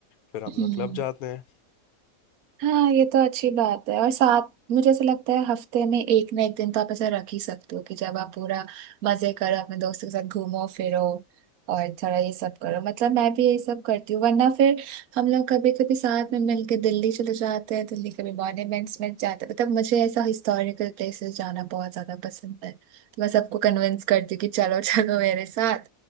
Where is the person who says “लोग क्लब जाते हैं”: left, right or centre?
Left